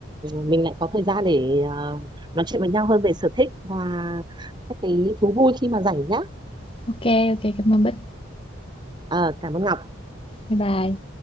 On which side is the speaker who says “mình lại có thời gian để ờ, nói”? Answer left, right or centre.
Right